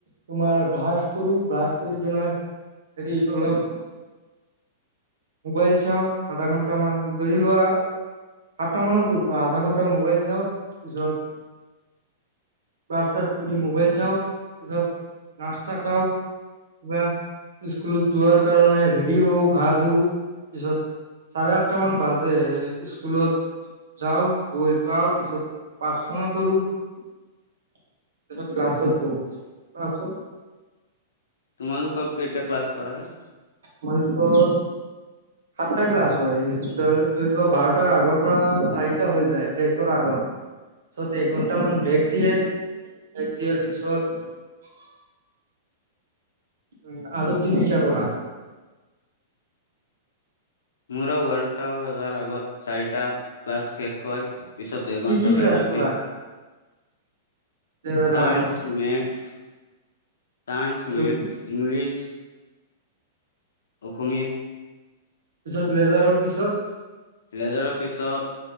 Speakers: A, on the right (about 80°); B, on the left (about 80°).
A: তোমাৰ ভ্ৰাছ কৰো ব্ৰাছ কৰি পেনাই হেৰি অলপ মোবাইল চাও আধা ঘন্টা মান ধৰি লোৱা সাতটা মানত উঠো আধা ঘন্টা মোবাইল চাও পিছত‌‌ <unintelligible> কৰি মোবাইল চাও পিছত নাষ্টা <unintelligible> খাওঁ <unintelligible> স্কুলত যোৱাৰ কাৰণে ৰেডি হওঁ, ঘা ধু পিছত চাৰে আঠট মান বাজে স্কুলত যাওঁ, গৈ পাওঁ পিছত প্ৰাৰ্থনা কৰো। পিছত ক্লাছত বহো ক্লাছত
B: তোমালোকক‌ কেইটা ক্লাছ কৰাই?
A: আমালোকৰ সাতটা ক্লাছ হয় <unintelligible> বাৰটাৰ আগৰ পৰা চাৰিটা হৈ যায় ব্ৰেকৰ আগৰ পিছত এঘন্টামান ব্ৰেক দিয়ে ব্ৰেক দিয়াৰ পিছত উ আৰু তিনটা কৰাায়
B: মোৰ বাৰটা বজাৰ আগত চাৰিটা ক্লাছ শেষ হয়। পিছত এঘণ্টা
A: কি কি ক্লাছ
B: লেজাৰ
A: কৰাই
B: দিয়
A: লেজাৰৰ
B: চাইন্স
A: আগত
B: মেথচ চাইন্ঞ্চ,
A: আৰু
B: মেথচ, ইংলিছ অসমীয়া
A: পিছত লেজাৰৰ পিছত
B: লেজাৰৰ পিছত